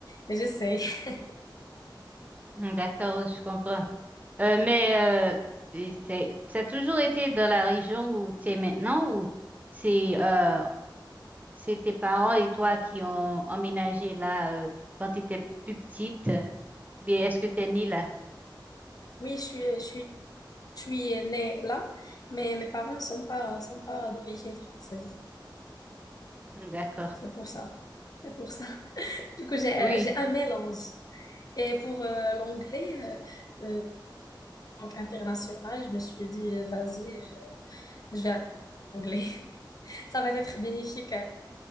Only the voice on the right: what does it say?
Hmm, D'accord, je comprends. Euh, mais euh, et c'est- ça a toujours été dans la région où tu es maintenant ou c'est euh, C'est tes parents et toi qui ont emménagé là euh, quand tu étais plus petite. euh, Bien, est-ce que tu es née là?
Hmm, D'accord.
Oui,